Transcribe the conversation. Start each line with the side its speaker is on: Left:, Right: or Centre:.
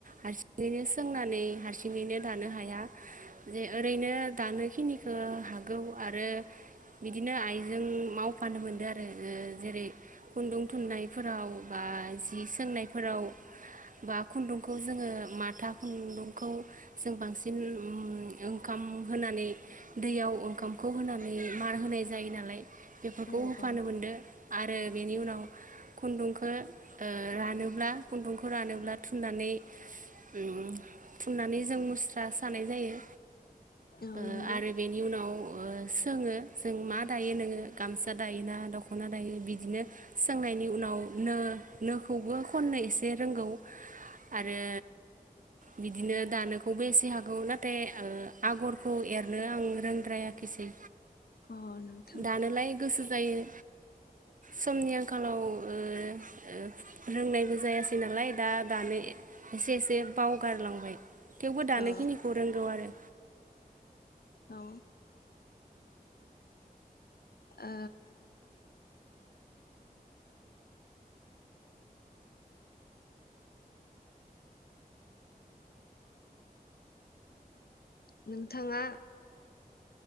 Right: हारसिङैनो सोंनानै हारसिङैनो दानो हाया जे ओरैनो दानोखिनिखौ हागौ आरो बिदिनो आइजों मावफानो मोनदों आरो जेरै खुन्दुं थुननायफोराव बा जि सोंनायफोराव बा खुन्दुंखौ जोङो माथा खुन्दुंखौ जों बांसिन उम ओंखाम होनानै दैयाव ओंखामखौ होनानै मार होनाय जायो नालाय बेफोरखौ
Left: औ
Right: होफानो
Left: औ
Right: मोनदो आरो बेनि उनाव खुनदुंखौ ओ रानोब्ला खुनदुंखौ रानोब्ला थुननानै उम थुननानै जों मुस्रा सानाय जायो
Left: औ
Right: ओ
Left: नंगौ
Right: आरो बेनि उनाव ओ सोङो जों मा दायो नोङो गामसा दायोना दख'ना दायो बिदिनो सोंनायनि उनाव नो नोखौबो खननो एसे रोंगौ आरो बिदिनो दानोखौबो एसे हागौ नाथाय ओ आगरखौ एरनो आं रोंद्रायाखिसै
Left: अ नोंथां
Right: दानोलाय गोसो जायो समनि आंखालाव ओ रोंनायबो ओ जायासै नालाय दा दानो एसे एसे बावगारलांबाय थेवबो दानोखिनिखौ
Left: औ
Right: रोंगौ आरो
Left: औ ओ नोंथाङा